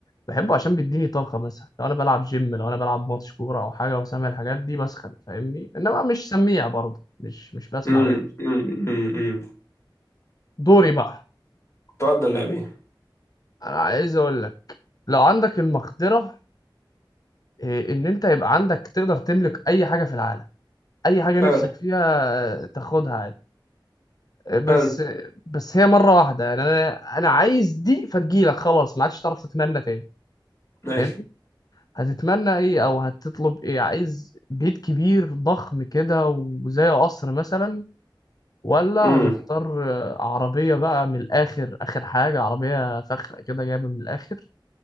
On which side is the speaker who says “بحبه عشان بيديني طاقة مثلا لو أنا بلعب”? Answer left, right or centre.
Left